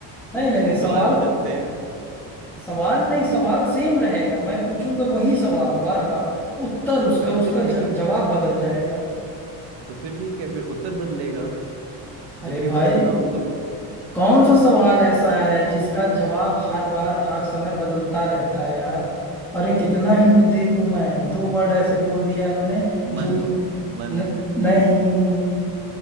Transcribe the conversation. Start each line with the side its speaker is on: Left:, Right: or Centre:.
Centre: नहीं नहीं नहीं
Right: <laughs>
Centre: सवाल
Right: सवाल बदलते हैं
Centre: सवाल नहीं सवाल सेम रहेगा मैं पूछूंगा वही सवाल
Right: हम्म
Centre: बार बार उत्तर उसका
Right: तो
Centre: उसका
Right: फिर
Centre: ज,
Right: एक ही
Centre: जवाब बदल जाएगा
Right: तो फिर ठीक है फिर उत्तर बदलेगा <laughs>
Centre: अरे
Right: जब भी बदलना
Centre: भाई
Right: होगा तो उत,
Centre: कौन सा सवाल
Right: उत,
Centre: ऐसा है जिसका जवाब हर बार हर समय बदलता रहता है यार अरे कितना हिंट दे दूं मैं दो वर्ड ऐसे बोल दिया मैंने जो
Right: मन
Centre: तुम
Right: मन
Centre: न, नहीं